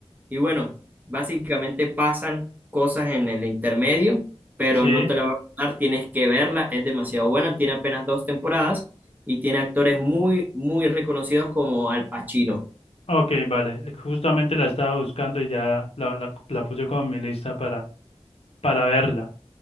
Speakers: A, on the right; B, on the left.
A: Y bueno, básicamente pasan cosas en el intermedio, pero
B: sí.
A: no te la voy a contar, tienes que verla, es demasiado buena, tiene apenas dos temporadas y tiene actores muy, muy reconocidos como Al Pacino.
B: Ok, vale. Justamente la estaba buscando y ya la, la, la puse como en mi lista para para verla,